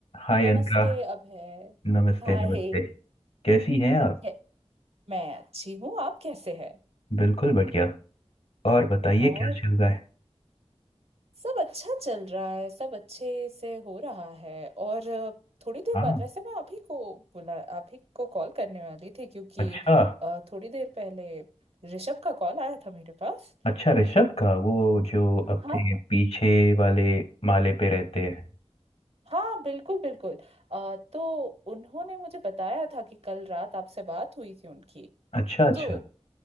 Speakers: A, on the left (about 65°); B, on the right (about 65°).
A: हाय
B: नमस्ते
A: अनका
B: अभय
A: नमस्ते
B: हाय
A: नमस्ते कैसी हैं आप
B: है- मैं अच्छी हूँ आप कैसे हैं
A: बिल्कुल बढ़िया और बताइए
B: और
A: क्या चल रहा है
B: सब अच्छा चल रहा है सब अच्छे से हो रहा है और अ, थोड़ी देर
A: हाँ
B: बाद वैसे मैं आप ही को बुला आप ही को कॉल करने वाली थी क्योंकि
A: अच्छा
B: अ, थोड़ी देर पहले ऋषभ का कॉल आया था मेरे पास
A: अच्छा ऋषभ का वो जो अपने
B: हाँ हाँ
A: पीछे वाले माले पे रहते हैं
B: हाँ बिल्कुल बिल्कुल अ, तो उन्होंने मुझे बताया था कि कल रात आपसे बात हुई थी उनकी
A: अच्छा अच्छा
B: तो